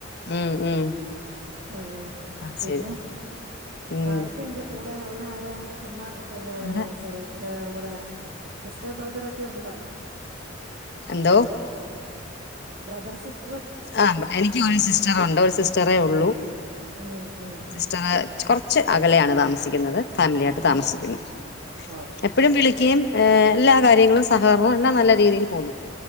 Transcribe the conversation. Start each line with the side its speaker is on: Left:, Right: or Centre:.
Left: ഉം ഉം
Right: അങ്ങനെ
Left: അത്
Right: പിന്നെ
Left: ശരി ഉം
Right: ആരൊക്കെണ്ട് കൂടെ ഉള്ള ആരാ അമ്മ പിന്നെ
Left: ഇവിടെ
Right: സോറി ആഹ് ബടെ സിസ്റ്റർ ബ്രദറൊക്കെ ഉണ്ടോ
Left: എന്തോ
Right: ബ്രദർ സിസ്ർ
Left: ആഹ് എനിക്ക് ഒരു സിസ്റ്ററുണ്ട് ഒരു സിസ്റ്ററെ ഉള്ളൂ
Right: ഉം ഉം
Left: ച്ചാ കൊറച്ച് അകലെയാണ് താമസിക്കുന്നത് ഫാമിലിയിട്ട് താമസിക്കുന്നു
Right: ആഹ് ഓക്കെ
Left: എപ്പോഴും വിളിക്കയും ഏ എല്ലാ കാര്യങ്ങളും സഹകരണംവും എല്ലാം നല്ല രീതിയിൽ പോകുന്നു.